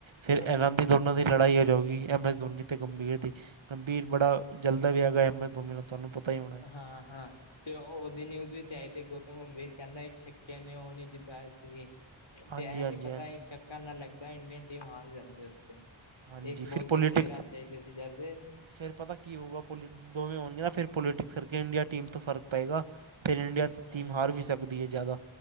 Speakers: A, on the right (about 75°); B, on the left (about 75°).
A: ਫਿਰ
B: ਹਾਂ
A: ਐਲਾਂਨੀ ਉਹਨਾਂ ਦੀ ਲੜਾਈ ਹੋ ਜਾਊਗੀ, ਐਮ ਐਸ ਧੋਨੀ ਤੇ ਗੰਭੀਰ ਦੀ, ਗੰਭੀਰ ਬੜਾ ਜਲਦਾ ਵੀ ਹੈਗਾ ਐਮ ਐਸ ਧੋਨੀ ਤੋਂ। ਤੁਹਾਨੂੰ ਪਤਾ ਹੀ ਹੋਣਾ। ਹੈ
B: ਹਾਂ-ਹਾਂ ਤੇ ਓ ਉਹਦੀ ਨਿਊਜ਼ ਵੀ ਤੇ ਆਈ ਤੇ, ਗੌਤਮ ਗੰਭੀਰ ਕਹਿੰਦਾ ਛੱਕਿਆ ਨੇ ਉਹ ਨੀ ਜਿਤਾਇਆ ਸੀ।
A: ਹਾਂਜੀ
B: ਤੇ ਐਂ
A: ਹਾਂਜੀ
B: ਨੀ ਪਤਾ
A: ਹਾਂਜੀ
B: ਚੱਕ ਨਾ ਲੱਗਦਾ ਇੰਡੀਅਨ ਟੀਮ ਹਾਰ ਜਾਂਦੀ ਉੱਥੇ
A: ਹਾਂਜੀ
B: ਇੱਕ ਬੋਲ
A: ਫਿਰ
B: ਤੇ
A: ਪੋਲੀਟਿਕਸ
B: ਛੇ ਰਨ ਚਾਹੀਦੇ ਸੀ ਜਦ ਦੇ
A: ਫਿਰ ਪਤਾ ਕੀ ਹੋਊਗਾ ਪੋਲੀ ਦੋਵੇਂ ਹੋਣਗੀਆਂ, ਨਾ ਫਿਰ ਪੋਲੀਟਿਕਸ ਕਰਕੇ ਇੰਡੀਆ ਟੀਮ ਤੋਂ ਫਰਕ ਪਏਗਾ, ਫਿਰ ਇੰਡੀਆ
B: ਹੂੰ
A: ਟੀਮ ਹਾਰ ਵੀ ਸਕਦੀ ਹੈ ਜ਼ਿਆਦਾ